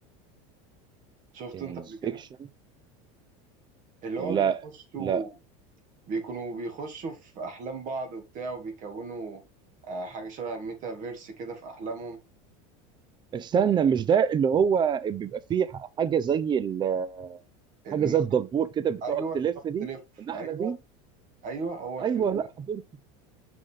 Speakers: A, on the right; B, on the right.
A: شفته
B: انسبكشن
A: انت قبل كده اللي
B: لا
A: هو بيخشوا
B: لا
A: بيكونوا بيخشوا في احلام بعض وبتاع وبيكونوا آه، حاجة شبه ميتافيرس كده في احلامهم
B: استنى مش ده اللي هو بيبقى فيه حاجه زي ال-
A: ان
B: حاجه زي الدبور كده بتقعد
A: ايوه
B: تلف دي
A: تلف
B: النحله
A: ايوه
B: دي
A: ايوه هو الفيلم
B: ايوه لا
A: ده
B: حضرت